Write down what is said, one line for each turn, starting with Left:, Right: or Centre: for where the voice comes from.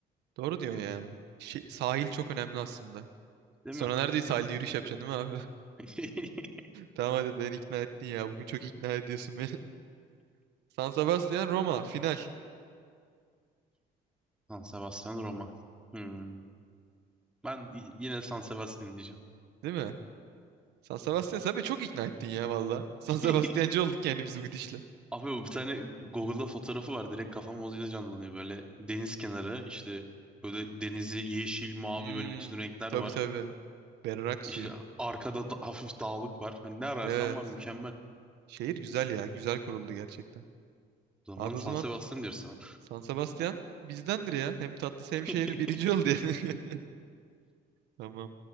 Right: doğru diyorsun ya. Şey, sahil çok önemli aslında.
Centre: Değil
Right: Sonra
Centre: mi?
Right: nerede sahilde
Centre: Bilmiyorum.
Right: yürüyüş yapacaksın değil mi abi?
Centre: <laughs>
Right: Tamam hadi beni ikna ettin ya. Bugün çok ikna ediyorsun beni. <laughs> San Sebastian Roma final.
Centre: San Sebastian Roma. Hmm. Ben y- yine San Sebastian diyeceğim.
Right: Değil mi? San Sebastian sen beni çok ikna ettin ya valla. <laughs> San Sebastiancı
Centre: <laughs>
Right: olduk yani biz bu gidişle.
Centre: Abi bu bir tane Google'da fotoğrafı var. Direkt kafam o canlanıyor. Böyle deniz kenarı işte böyle denizi yeşil, mavi
Right: Hmm,
Centre: böyle bütün renkler
Right: tabii
Centre: var.
Right: tabii. Berrak suyu.
Centre: İşte arkada da hafif dağlık var. Hani ne ararsan
Right: Evet.
Centre: var mükemmel.
Right: Şehir güzel ya. Güzel kuruldu gerçekten.
Centre: O zaman
Right: Abi
Centre: San
Right: o zaman
Centre: Sebastian diyorsun
Right: San Sebastian bizdendir ya. Hem tatlı hem şehri
Centre: <laughs>
Right: birinci oldu yani. <laughs> Tamam.